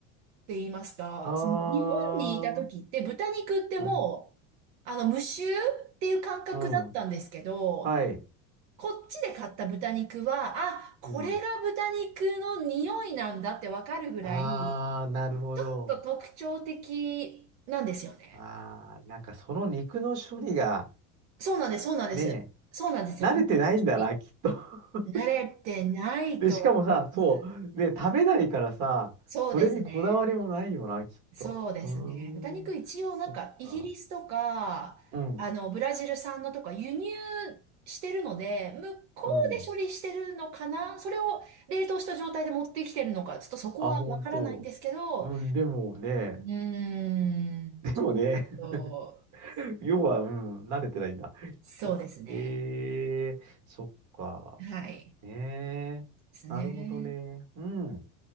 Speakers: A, on the right; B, on the right.
A: って言いますか、
B: あ
A: その日本にいた時って豚肉ってもう、
B: あ、うん、
A: あの、無臭っていう感覚だったんですけど、
B: うん、はい、
A: こっちで買った豚肉は、あ、これが豚肉の匂いなんだってわかるぐらい、
B: うん。ああ、なるほど。
A: ちょっと特徴的なんですよね。
B: ああ、なんかその肉の処理が、
A: そうなんです、そうなんです。
B: ね、
A: そうなんですよ。
B: 慣れてないんだな、
A: 日本人
B: きっと。<laughs>
A: 慣れてないと思います。
B: で、しかもさ、そう、ね、食べないからさ、
A: そうですね。
B: それにこだわりもないよな、きっと。
A: そうですね。
B: うー
A: 豚肉一応なんかイギリスとか、
B: ん、そっか。うん、
A: あの、ブラジル産のとか輸入してるので、向こうで処理してるのかなそれを冷凍した状態で持ってきてるのか、
B: うん。
A: ちょっとそこはわからないんですけど、
B: あ、本当。うん、
A: う
B: でもね、
A: ーん、
B: でもね
A: ちょっと、
B: <laughs> <laughs> 要は、うん、慣れてないんだ。きっと。
A: そうですね。
B: ええそっか。
A: はい。で
B: ねえ。
A: すね。
B: なるほどね。うん。